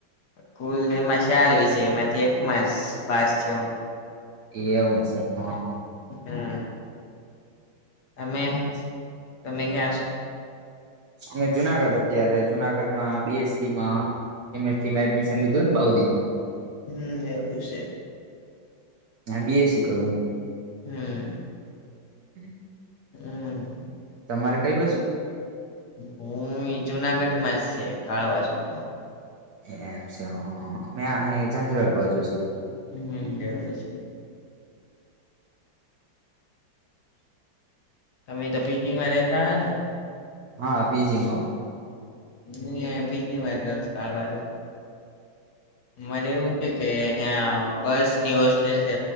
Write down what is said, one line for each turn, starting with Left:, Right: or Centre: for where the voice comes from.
Left: કુલ એમાં શાર વિશે એમાંથી એકમાં પાસ છ
Right: એવું છે હ.
Left: હમ્મ. તમે તમે ક્યા છો?
Right: અમેં જુનાગઢ અત્યારે જુનાગઢમાં બી. એસ. સી. માં એમ. એસ. સી. એડમિશન લીધું ને બઉદિનમાં.
Left: હમ્મ એવું છે.
Right: એમ બી. એસ. સી. કરુંહું.
Left: હમ્મ.
Right: <inaudible>
Left: હમ્મ.
Right: તમારે કઈ બાજુ?
Left: હુંઈ જુનાગઢ માં છે કાળવા ચોક માં.
Right: એમ છે હઅ મે આયે જાજરવાળા બાજુ છે.
Left: હમ્મ <unintelligible> છે. તમે તો પી. જી. માં રેતા હ ને.
Right: હા પીજી માં.
Left: હું આય પી. જી. મા જ રવ છું આ બાજુ. મારે એવું છે કે ન્યા ગર્લ્સ ની હોસ્ટેલ છે